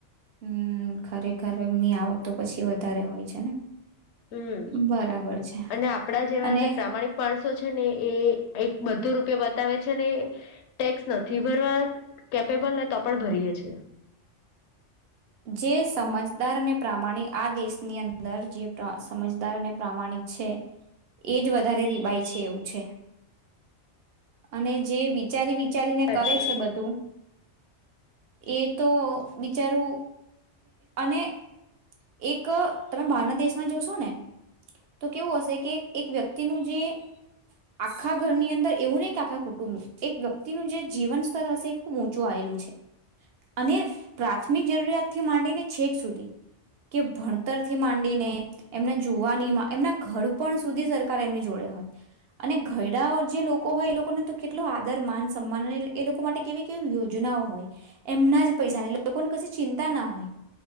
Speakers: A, on the right (about 60°); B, on the left (about 70°).
A: હમ ખરેખર એમની આવક તો પછી વધારે હોય છે ને
B: હમ
A: બરાબર છે
B: અને આપણા જેવા
A: અને
B: જે પ્રામાણિક માણસો છે ને એ એક બધો રૂપિયો બતાવે છે ને ટેક્સ નથી ભરવા કેપેબલ ને તો પણ ભરીયે છે.
A: જે સમજદાર અને પ્રામાણિક આ દેશની અંદર જે સમજદાર અને પ્રામાણિક છે એ જ વધારે રિબાય છે એવું છે. અને જે વિચારી વિચારીને
B: સાચી
A: કરે
B: વાત
A: છે બધું એ તો બિચારું અને એક તમે બહારના દેશમાં જોશો ને તો કેવું હશે કે એક વ્યક્તિનું જે આખા ઘરની અંદર એવું નહી કે આખા કુટુંબ એક વ્યક્તિનું જે જીવન સ્તર હશે એ ખૂબ ઊંચું આવેલું છે અને પ્રાથમિક જરૂરિયાત થી માંને છેક સુધી કે ભણતરથી માંડીને એમના જોવાની એમના ઘડપણ સુધી સરકાર એમની જોડે હોય અને ઘરડા જે લોકો હોય એ લોકોને તો કેટલો આદર માન સન્માન એ લોકો માટે કેવી કેવી યોજનાઓ હોય એમના જ પૈસા લોકોને ક ચિં હોય